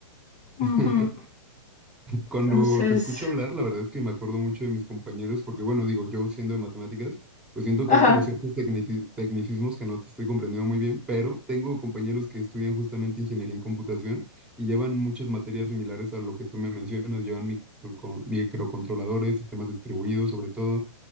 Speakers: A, on the left; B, in the centre.
A: Uh
B: <laughs>
A: -huh.
B: Cuando
A: Entonces,
B: te escucho hablar, la verdad es que me acuerdo mucho de mis compañeros, porque bueno, digo, yo siendo de matemáticas, pues siento
A: ajá,
B: que hay como ciertos tecniti- tecnicismos que no te estoy comprendiendo muy bien, pero tengo compañeros que estudian justamente ingeniería en computación y llevan muchas materias similares a lo que tú me mencionas, llevan microco- microcontroladores, sistemas distribuidos sobre todo,